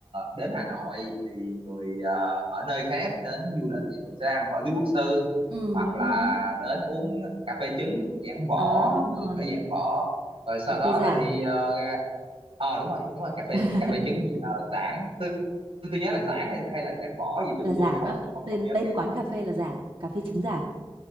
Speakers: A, on the right (about 80°); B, on the right (about 60°).
A: đến Hà Nội thì người ờ, ở nơi khác đến du lịch thì thường sẽ ăn phở Lý Quốc Sư
B: Ừ,
A: hoặc
B: đúng
A: là
B: rồi đó.
A: đến uống cà phê trứng Giảng Võ
B: À, đúng
A: ở
B: rồi.
A: ở Giảng Võ rồi sau
B: Cà phê
A: đó
B: Giảng.
A: là đi ờ, ra ờ đúng rồi đúng rồi cà phê
B: <laughs>
A: cà phê trứng uh, Giảng tôi, tôi nhớ là Giảng hay hay là Giảng Võ gì tôi
B: là Giảng
A: tôi không
B: đó
A: không
B: tên
A: không nhớ
B: tên
A: kỹ
B: quán cà phê là Giảng cà phê trứng Giảng